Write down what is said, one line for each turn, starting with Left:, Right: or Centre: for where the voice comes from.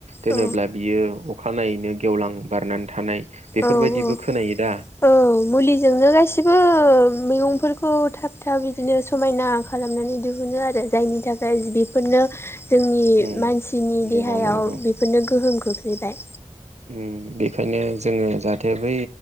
Right: दोनोब्ला
Left: औ
Right: बियो अखानायैनो गेवलां बारनानै थानाय बेफोरबायदिबो
Left: औव औव
Right: खोनायो दा
Left: औव मुलिजोंनो गाससिबो मैगं फोरखौ थाब थाब बिदिनो समायना खालामनानै दिहुनो आरो जायनि थाखाय बेफोरनो जोंनि
Right: उम
Left: मानसिनि
Right: नंगौ
Left: देहायाव
Right: नंगौ
Left: बेफोरनो गोहोम खोख्लैबाय
Right: उम बेखायनो जोङो जाहाथे बै